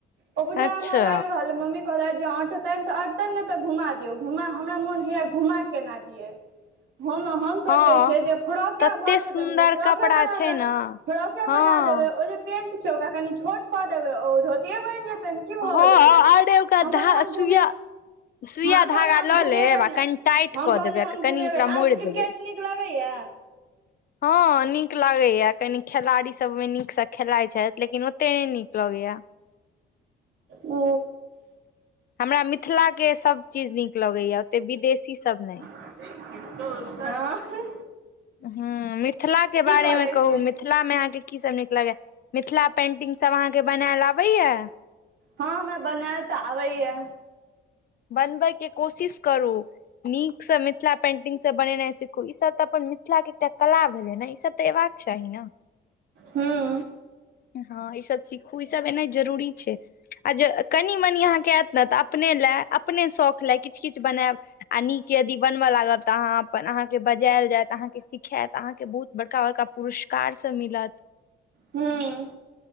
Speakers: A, on the right; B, on the left.
A: ओ बूझाइयै
B: अच्छा
A: हमरा लागि रहल अइ मम्मी कहलथि जे अटतनि तऽ अटतनि नै तऽ घुमा दियौ, घुमा हमरा मोन होइया घुमा केना दियै हम हम सोचै
B: हँ
A: छियै जे फ्रॉके
B: तते
A: भऽ
B: सुन्दर
A: जेतैन हुनका फ्रॉक
B: कपड़ा
A: बना
B: छै
A: देबैन,
B: ने
A: फ्रॉके
B: हँ
A: बना देबै ओ जे पेंट छै ओकरा कनि छोट कऽ देबै ओ धोतीेए बनि जेतैन। की भऽ
B: हँ
A: गेलै ओइ लै
B: अरे ओकरा
A: हम कहलियै
B: धा
A: हम
B: सुइया
A: घूमे
B: सुइया
A: हम
B: धागा
A: कहलियै हम
B: लऽ
A: घुमेबै
B: लेब आ
A: नै
B: कनि टाइट
A: हम
B: कऽ
A: कहलियै
B: देबै आ
A: हम
B: कनि
A: घुमेबै
B: ओकरा
A: नै, अहाँके
B: मोड़ि
A: क्रिकेट
B: देबै
A: नीक लगैयै?
B: हँ नीक लगैयै कनी खेलाड़ी सब ओइमे नीकस खेलाइ छथि लेकिन ओते नहि नीक लगैयै।
A: ओ
B: हमरा मिथिला के सब चीज नीक लगैयै, ओते विदेशी सब नहि।
A: एक तो सन, अंहह
B: हूं मिथिला के बारे
A: करै
B: मे कहू
A: छी
B: मिथ मिथिला में अहाँ के की सब नीक लगैयै, मिथिला पेंटिंग सब अहाँ के बनैल अबैयै?
A: हँ हमरा बनैल तऽ आबैयै।
B: बनबै के कोशिश करू, नीकस मिथिला पेंटिग सब बनेनाइ सिखू ई सब त अपन मिथिला के एकटा कला भेलै न ई सब तऽ एबाक चाही न?
A: हूँ
B: हँ ई सब सीखू ई सब एनाइ जरूरी छै। आ जे कनि मनि अहाँके ऐत नै तऽ अपने लै अपने शौख लै किछ किछ बनैब। आ नीक यदि बनब लागब त अहाँ अपन अहाँके बजायल जायत अहाँके सिखैत अहाँके बहुत बड़का बड़का पुरुस्कार सब मिलत
A: हूं